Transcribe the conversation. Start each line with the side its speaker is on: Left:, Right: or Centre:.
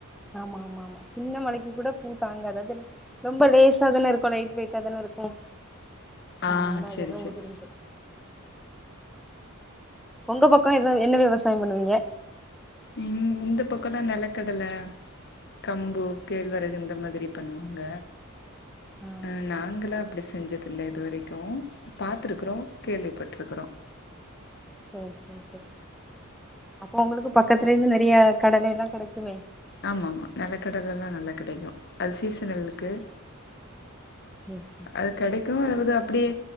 Centre: ஆமா ஆமா ஆமா சின்ன மழைக்கு கூட பூ தாங்க அதாவது ரொம்ப லேஸா தானே இருக்கும் லைட் வெயிட்டா தானே இருக்கும் அதனால
Left: ஆ
Centre: அதெல்லா
Left: சேரி சேரி
Centre: உதிர்ந்திரும் உங்க பக்கம் எத என்ன விவசாயம் பண்ணுவீங்க
Left: இந் இந்த பக்கம்லா நிலக்கடலை கம்பு கேழ்வரகு இந்த மாதிரி பண்ணுவாங்க
Centre: ஆ
Left: அஹ நாங்களாம் அப்படி செஞ்சதில்ல இதுவரைக் க்கும் பாத்திருக்கறோம் கேள்விப்பட்டிருக்கறோம்
Centre: செரி செரி செரி அப்ப உங்களுக்கு பக் பக்கத்துல இருந்து நெறைய கடலை எல்லா கிடைக்குமே
Left: ஆமா ஆமா நிலக்கடல எல்லா நல்லா கிடைக்கும் அது சீசனலக்கு
Centre: ம்
Left: அது கிடைக்கும் அதாவது அப்படியே